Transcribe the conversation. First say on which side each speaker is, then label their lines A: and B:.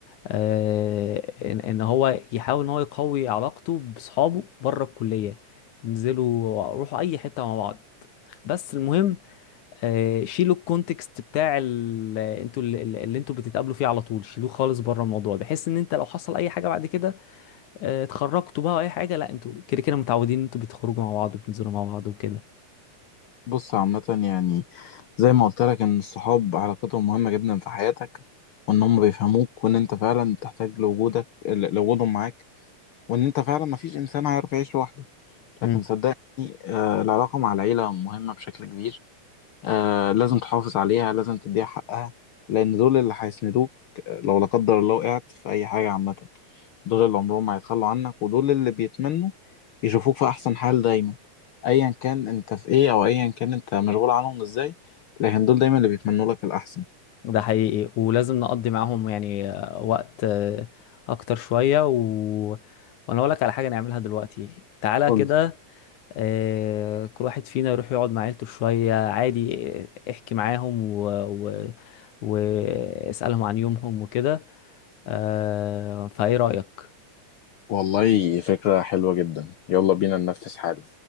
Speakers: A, on the left; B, on the left.
A: آه، ان ان هو يحاول ان هو يقوي علاقته باصحابه بره الكليه انزلوا روحوا اي حته مع بعض بس المهم آه، شيلوا الكونتكست بتاع ال- آه، انتوا اللي, اللي انتوا بتتقابلوا فيه على طول شيلوه خالص بره الموضوع بحيث ان انت لو حصل اي حاجه بعد كده آه، اتخرجتوا بقى أو اي حاجه لا انتوا كده كده متعودين إن انتوا بتخرجوا مع بعض وبتنزلوا مع بعض وكده
B: بص عامة يعني زي ما قلت لك إن الصحاب علاقتهم مهمة جدا في حياتك وإن هم بيفهموك وإن أنت فعلا تحتاج لوجودك ل- لوجودهم معاك وإن أنت فعلا مفيش إنسان هيعرف يعيش لوحده
A: امم
B: لكن صدقني آه العلاقة مع العيلة مهمة بشكل كبير آه لازم تحافظ عليها لازم تديها حقها لأن دول اللي هيسندوك آه، لو لا قدر الله وقعت في أي حاجة عامة دول اللي عمرهم ما هيتخلوا عنك ودول اللي بيتمنوا يشوفوك في احسن حال دايما ايا كان انت في ايه او ايا كان انت مشغول عنهم ازاي لكن دول دايما اللي بيتمنوا لك الاحسن
A: ده حقيقي ولازم نقضي معاهم يعني آه، وقت آه، اكتر شويه و... وانا اقول لك على حاجه نعملها دلوقتي تعالى
B: قول
A: كده
B: لي
A: آه، كل واحد فينا يروح يقعد مع عيلته شويه عادي آه، احكي معاهم و... و... واسالهم عن يومهم وكده آه، فايه رايك
B: والله فكرة حلوة جدا يلا بينا ننفذ حالا